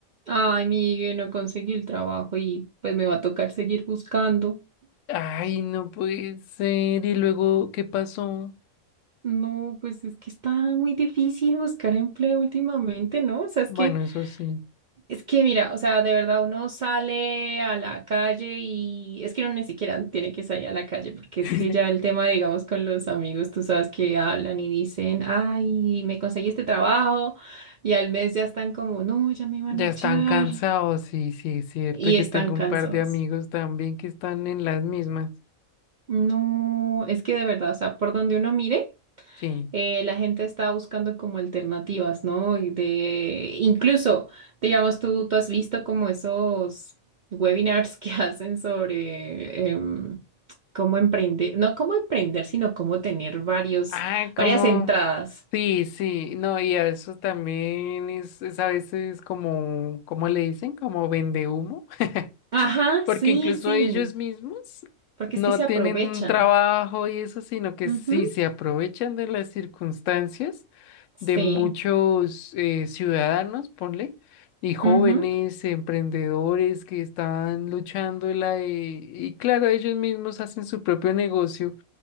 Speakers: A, on the right; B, on the left.
A: Ay, Miguel, no conseguí el trabajo y pues me va a tocar seguir buscando.
B: Ay, no puede ser. ¿Y luego qué pasó?
A: No, pues es que está muy difícil buscar empleo últimamente, ¿no? O sea, es
B: Bueno,
A: que,
B: eso sí.
A: es que mira, o sea, de verdad uno sale a la calle y es que uno ni siquiera tiene que salir a la calle porque es
B: <laughs>
A: que ya el tema, digamos, con los amigos, tú sabes que hablan y dicen, ay, me conseguí este trabajo y al mes ya están como, no, ya me van
B: Ya
A: a echar
B: están cansados, sí, sí, es cierto.
A: y
B: Yo
A: están
B: tengo
A: cansados.
B: un par de amigos también que están en las mismas.
A: No, es que de verdad, o sea, por donde uno mire.
B: Sí.
A: eh, la gente está buscando como alternativas, ¿no? Y de, incluso, digamos, tú, tú has visto como esos webinars que <laughs> hacen sobre em, cómo emprender, no cómo emprender, sino cómo tener varios,
B: Ah,
A: varias
B: como.
A: entradas.
B: Sí, sí. No, y a eso también es, es a veces como, ¿cómo le dicen? Como vende humo. <laughs>
A: Ajá,
B: Porque
A: sí,
B: incluso
A: sí,
B: ellos mismos
A: porque
B: no
A: es que se aprovechan.
B: tienen un trabajo y eso, sino que
A: Ujú,
B: sí se aprovechan de las circunstancias
A: Sí,
B: de muchos eh, ciudadanos, ponle, y jóvenes,
A: ujú,
B: emprendedores que están luchando en la, y, y claro, ellos mismos hacen su propio negocio